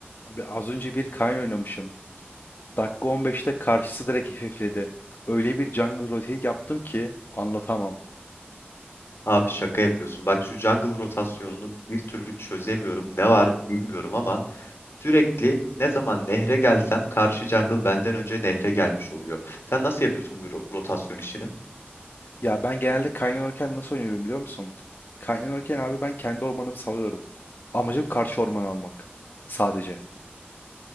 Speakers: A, on the left (about 55°); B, on the left (about 80°).
A: Abi az önce bir Kayn oynamışım. Dakika 15'te karşısı direkt hafifledi. Öyle bir jungle rotate yaptım ki anlatamam.
B: Abi şaka yapıyorsun. Bak şu jungle rotasyonunu bir türlü çözemiyorum. Ne var bilmiyorum ama sürekli ne zaman nehre gelsem karşı jungle benden önce nehre gelmiş oluyor. Sen nasıl yapıyorsun bu ro- rotasyon işini?
A: Ya ben genelde Kayn oynarken nasıl oynuyorum biliyor musun? Kayn oynarken abi ben kendi ormanımı salıyorum. Amacım karşı orman almak. Sadece.